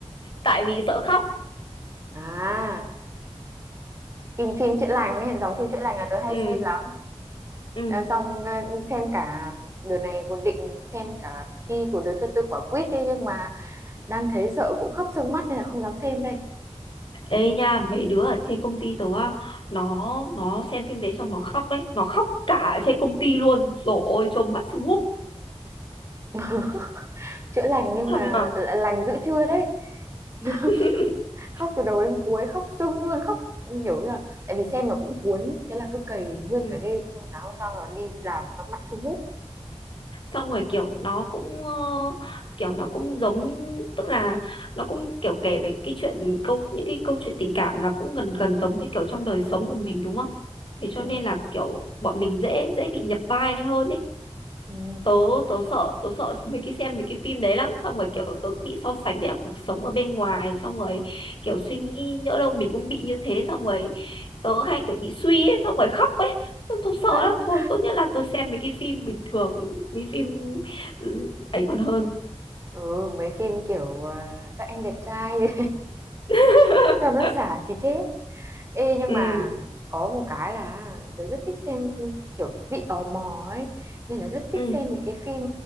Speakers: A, on the left; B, on the right.
A: tại vì sợ khóc.
B: à phim phim chữa lành ấy, dòng phim chữa lành là tớ hay
A: Ừ
B: xem lắm
A: ừ.
B: Ờ, xong ờ, xem cả đợt này còn định xem cả khi của đứa cho tôi quả quýt đi nhưng mà đang thấy sợ cũng khóc sưng mắt nên là không dám xem đây
A: Ê nha, mấy đứa ở trên công ty tớ á, nó nó xem phim đấy xong nó khóc đấy, nó khóc cả ở trên công ty luôn. Rồi ôi trông mắt sưng húp.
B: <laughs> chữa lành nhưng
A: Thật
B: mà
A: mà.
B: l- lành giữa trưa đấy <laughs>
A: <laughs>
B: khóc từ đầu đến cuối khóc sưng luôn khóc kiểu như là tại vì xem nó cũng cuốn ý thế là cứ cày nguyên
A: Ừ.
B: cả đêm xong sáng hôm sau là đi làm bắt mắt sưng húp
A: xong rồi kiểu nó cũng ờ, kiểu nó cũng giống tức là nó cũng kiểu kể về cái chuyện câu những cái câu chuyện tình cảm nó cũng gần gần giống như kiểu trong đời sống của mình đúng không? Thế cho
B: ừ.
A: nên là kiểu bọn mình dễ dễ bị nhập vai hơn ý
B: Ừ.
A: tớ tớ sợ tớ sợ mấy cái xem mấy cái phim đấy lắm xong rồi kiểu tớ cũng bị so sánh với cả cuộc sống ở bên ngoài xong rồi kiểu suy nghĩ nhỡ đâu mình cũng bị như thế xong rồi tớ hay kiểu bị suy ấy, xong rồi khóc ấy tớ, tớ sợ
B: <laughs>
A: lắm thôi tốt nhất là tớ xem mấy cái phim bình thường mấy phim ừ, ấy còn hơn
B: ừ mấy phim kiểu à, các anh đẹp trai
A: <laughs>
B: <laughs> cho nó xả xì chết ê nhưng
A: ừ
B: mà có một cái là tớ rất thích xem kiểu bị tò mò ấy nên là rất thích
A: ừ
B: xem mấy cái phim